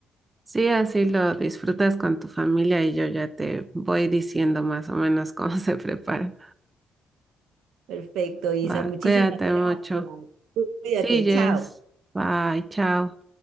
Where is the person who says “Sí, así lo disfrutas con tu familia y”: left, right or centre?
Right